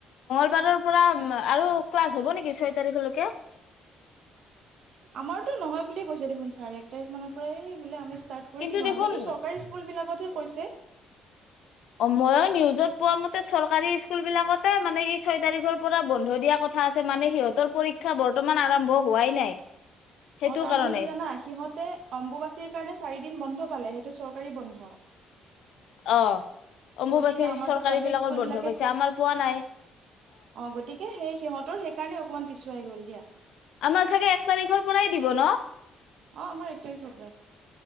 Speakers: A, on the left (about 75°); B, on the right (about 70°).
A: সোমবাৰৰ পৰা আৰু ক্লাছ হ'ব নেকি ছয় তাৰিখলৈকে?
B: আমাৰতো নহয় বুলিয়ে কৈছে দেখোন ছাৰে এক তাৰিখ মানৰ পৰাই বোলে আমি ষ্টেটাছ কৰি
A: কিন্তু
B: দিম আৰু
A: দেখোন
B: সেইটো চৰকাৰী স্কুল বিলাকতে কৈছে।
A: অ ময়ো নিউজত পোৱা মতে চৰকাৰী স্কুল বিলাকতে মানে কি ছয় তাৰিখৰ পৰা বন্ধ দিয়া কথা আছে মানে সিহঁতৰ পৰীক্ষা বৰ্তমান আৰম্ভ হোৱাই নাই। সেইটো
B: অ তাৰমানানে
A: কাৰণে
B: কি জানা, সিহঁতে অম্বুবাচীৰ কাৰণে চাৰি দিন বন্ধ পালে। সেই টো চৰকাৰী বন্ধ।
A: অ অম্বুবাচীৰ
B: গতিকে আমাৰতো
A: চৰকাৰী
B: প্ৰাইভেট
A: বিলাকৰ
B: স্কুল
A: বন্ধ
B: বিলাকে
A: পাইছে আমাৰ পোৱা নাই।
B: অ গতিকে সেই সিহঁতৰ সেইকাৰণে অকমান পিছুৱাই গ'ল দিয়া।
A: আমাৰ ছাগে এক তাৰিখৰ পৰাই দিব ন!
B: অ আমাৰ এক তাৰিখৰ পৰাই।